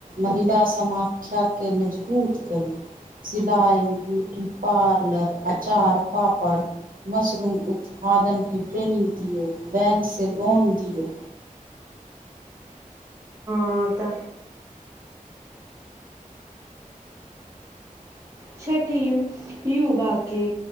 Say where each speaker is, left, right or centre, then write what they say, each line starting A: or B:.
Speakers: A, on the right; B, on the right.
A: महिला समाख्याके मजबूत करी। सिलाई ब्यूटी पार्लर अचार पापड़, मशरूम उत्पादन के ट्रेनिंग दियौ बैंक से लोन दीयौ।
B: आंटा, छठिम यूवा के